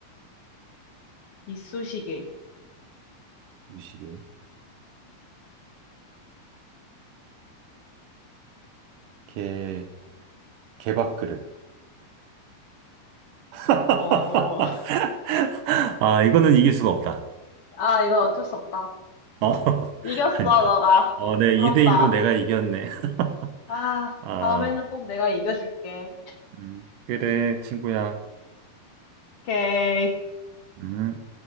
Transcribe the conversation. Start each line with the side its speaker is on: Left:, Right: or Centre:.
Left: 이쑤시개,
Right: 유시개, 개, 개밥 그릇. <laughs>
Left: 어,
Right: 아, 이거는 이길 수가 없다.
Left: 아, 이건 어쩔 수 없다.
Right: 어, <laughs>
Left: 이겼어,
Right: 그러니까.
Left: 너가.
Right: 어, 네,
Left: 부럽다.
Right: 2대1로 내가 이겼네. <laughs>
Left: 아,
Right: 아,
Left: 다음에는 꼭 내가 이겨줄게.
Right: 음, 그래, 친구야.
Left: 오케이.
Right: 음.